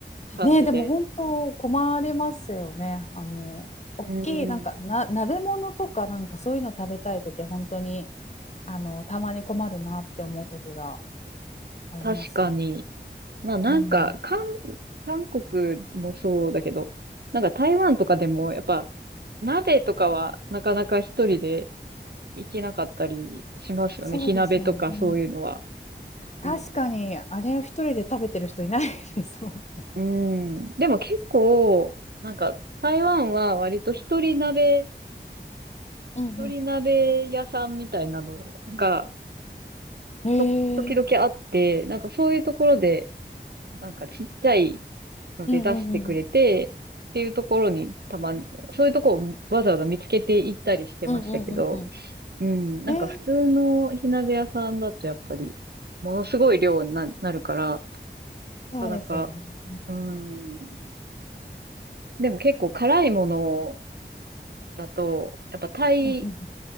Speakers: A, on the right; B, on the left.
A: 感じで。
B: ねえでも本当困りますよね。あの大きいなんかな鍋物とかなんかそういうの食べたいときは本当に
A: うん、
B: あのたまに困るなって思うときがありますね。
A: 確かに。まあなんか、
B: うん、
A: 韓、韓国もそうだけど、なんか台湾とかでもやっぱ鍋とかはなかなか一人で行けなかったりしますよね。
B: そうですよね。
A: 火鍋とかそういうのは。
B: 確かにあれを一人で食べてる人いないですもんね。
A: うん。うん。でも結構、なんか台湾は割と一人鍋、
B: うん
A: 一人鍋屋さんみたいなのが
B: うん。<laughs> へえ。
A: と時々あって、なんかそういうところで、なんかちっちゃいので出してくれて、
B: うんうんうん
A: っていうところにたまん、そういうとこをわざわざ見つけていったりしてましたけど、
B: うんうんうんうんうん
A: うん、なんか普通の火鍋屋さんだとやっぱり、
B: えー、
A: ものすごい量にな、なるから、な
B: そうですよね。
A: かなか、うん、でも結構辛いものだと、やっぱタイ、
B: うんうんうんうん